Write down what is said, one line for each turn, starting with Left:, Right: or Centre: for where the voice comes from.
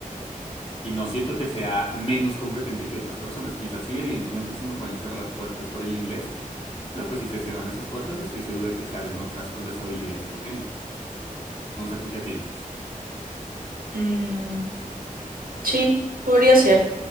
Left: Y no siento que sea menos competente que otras personas. Quizás sí, evidentemente se me pueden cerrar puertas por el inglés, pero pues si se cierran esas puertas, estoy seguro de que se abren otras con las habilidades que tengo. No sé tú qué piensas.
Right: Mm, sí, podría ser.